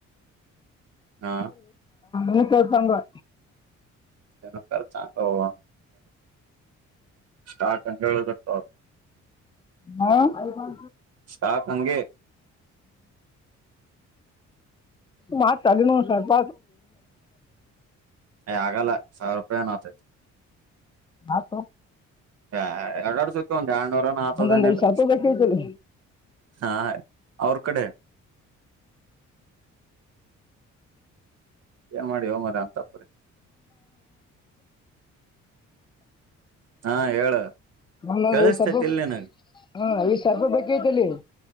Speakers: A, on the right (about 55°); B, on the left (about 15°).
A: ಹಾ
B: ನಿ ತಂಗ್ವಾ
A: ನು ಕರ್ತಾನು ಸ್ಟಾಕ್ ಅಟ್ಟ
B: ಹಾ ಹ
A: ಸ್ಟಾಕ್ ಹಂಗೆ
B: ಮತ್ ಸಾಲ ನ ಸರ್ಪ
A: ಅಯ್ಗಲ್ಲ ಸಾವಿರ ರೂಪಾಯಿ ನ್ ಆತತಿ
B: ಹಾ ಸ
A: ಹಾ ಎರಡಡು ಸುತ್ತ ಎನ್ನೂರ ನಾತ್ತ
B: ಒಂದೊಂದ್
A: ತನಲ್ಲ
B: ಐದ್ ಸರ್ಪ ಬೇಕೈತಲ್ಲಿ
A: ಹಾ ಅವ್ರ ಕಡೆ ಏನ್ ಮಾಡಿ ಹ ಮ್ರ ಅಂತಪ್ರೀ ಹಾ ಹೇಳ
B: ನ್
A: ಕೇಳಿಸತೈತಿಲ್
B: ಸರ್ಪ
A: ನಿನಗ್
B: ಹ ಐದ್ ಸರ್ಪ ಬೇಕಐತಿಲ್ಲಿ